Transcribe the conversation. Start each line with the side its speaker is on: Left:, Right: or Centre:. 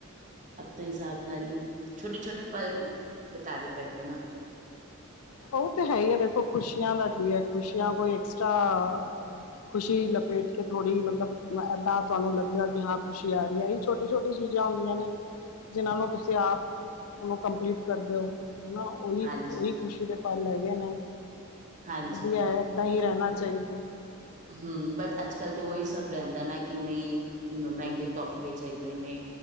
Right: ਆਪਣੇ ਹਿਸਾਬ ਨਾਲ, ਹੀ ਛੋਟੇ ਛੋਟੇ ਪਲ ਬਤਾਣੇ ਪੈਂਦੇ ਨਾ
Left: ਉਹ ਤੇ ਹੈ ਹੀ ਹੈ, ਦੇਖੋ ਖੁਸ਼ੀਆਂ ਦਾ ਕੀ ਹੈ, ਖੁਸ਼ੀਆਂ ਕੋਈ ਐਕਸਟਰਾ ਖੁਸ਼ੀ ਲਪੇਟ ਕੇ ਥੋੜ੍ਹੀ, ਮਤਲਬ ਇੱਦਾਂ ਤੁਹਾਨੂੰ ਲੱਗਿਆ ਕਿ ਹਾਂ, ਖੁਸ਼ੀ ਆ ਰਹੀ ਹੈ ਛੋਟੀ ਛੋਟੀ ਚੀਜ਼ਾਂ, ਹੁੰਦੀਆਂ ਨੇ।
Right: ਹੂੰ। <unintelligible>
Left: ਜਿਹਨਾਂ ਨੂੰ, ਤੁਸੀਂ ਆਪ ਉਹਨੂੰ ਕੰਪਲੀਟ ਕਰਦੇ ਹੋ ਹਨਾ, ਉਹੀ
Right: ਹਾਂਜੀ
Left: ਉਹੀ ਖੁਸ਼ੀ ਹੈ ਪਲ ਹੈਗੇ ਨੇ,
Right: ਹਾਂਜੀ
Left: ਵਧੀਆ, ਏਦਾਂ ਹੀ ਰਹਿਣਾ ਚਾਹੀਦਾ।
Right: ਹੂੰ ਬਟ, ਅੱਜ ਕੱਲ੍ਹ ਤੇ ਉਹੀ ਸਭ ਰਹਿੰਦਾ ਨਾ ਕਿ ਨਈ ਏਨੂੰ ਮਹਿੰਗੇ ਤੋਹਫ਼ੇ ਚਾਹੀਦੇ ਨੇ